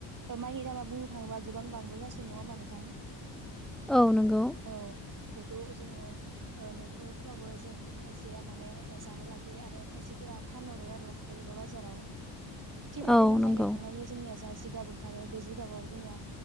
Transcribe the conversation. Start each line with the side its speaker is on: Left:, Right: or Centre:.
Right: दा माइनि दामा बुंनो थाङोबा गोबांबोगासिनो नङा होनबा नोंथां?
Centre: औ नोंगौ।
Right: औ बेखौ जोङो न'खरफ्रावबो जों खायसेया माने जानो लागि खियो आरो खायसेफोरा फानहरो आरो हाथाय एबा बाजाराव। थिख बेबादिनो
Centre: औ नंगौ
Right: माइ गायखांनायनि जोंनिया जा जिगाब ओं खारो बे जिगाबानो जोंनिया